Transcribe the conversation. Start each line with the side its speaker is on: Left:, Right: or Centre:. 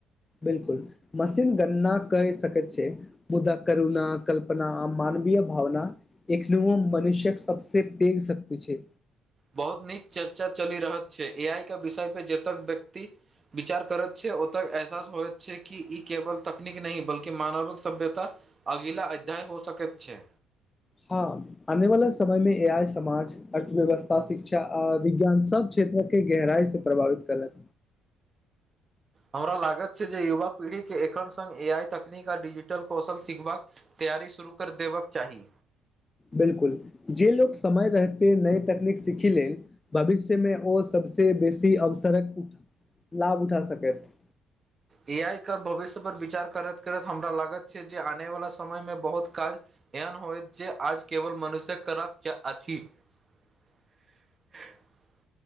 Left: बिल्कुल मशीन गणना कए सकैत छै मुदा करुण कल्पना मानवीय भावना एखनोहो मनुष्य्यक सबस पेघ शक्त छै
Right: बहुत नीक चर्चा चलि रहल छै ए आइ के विषय पे जतेक व्यक्ति विचार करैत छै ओतऽ एहसास होइत छै कि ई केवल तकनीक नहि बल्कि मानविक सभ्यता अगिला अध्याय हो सकैत छै
Left: हँ आने वाला समय मे ए आइ समाज अर्थव्यवस्था शिक्षा आ विज्ञान सब क्षेत्र के गहराई से प्रभावित करत
Right: हमरा लागत छै जे युवा पीढ़ी के एखन सङ्ग ए आई तकनीक आ डिजिटल कौशल सिखबाक तैयारी शुरू कर देबक चाही
Left: बिलकुल जे लोक समय रहिते नय तकनीक सीखी लेल भविष्यमे ओ सबसे बेसी अवसरक लाभ उठा सकैत
Right: ए आइ के भविष्य पर विचार करैत करैत हमरा लागैत छै जे आनवला समयमे बहुत काज एहन होय जे आज केवल मनुष्य करब अछि <inaudible>